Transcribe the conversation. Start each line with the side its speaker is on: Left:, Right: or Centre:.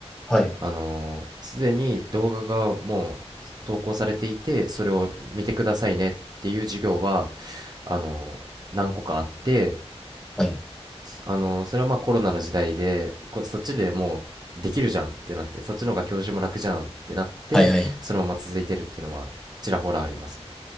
Centre: はい。
Right: あのーすでに動画がもう投稿されていてそれを見てくださいねっていう授業はあのー何個かあって、
Centre: はい。
Right: あのーそれはまあコロナの時代でこそっちでもうできるじゃんってなってそっちの方が教授も楽じゃんってなってそのまま続いてるっていうのはちらほらありますね。
Centre: はいはい。